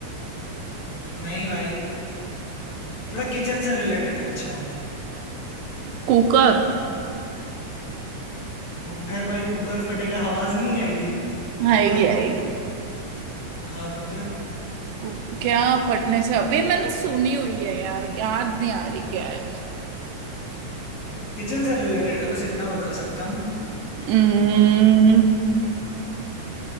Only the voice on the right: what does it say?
कुकर
आएगी
आएगी
कु- क्या फटने से ये मैंने सुनी हुई है यार याद नहीं आ रही क्या है
हम्म,